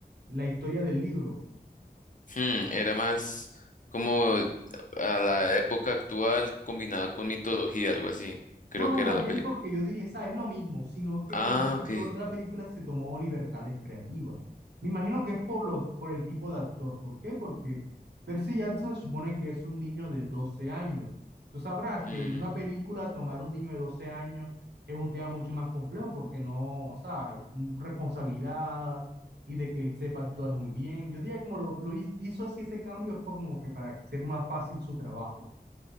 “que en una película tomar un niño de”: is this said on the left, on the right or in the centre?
Right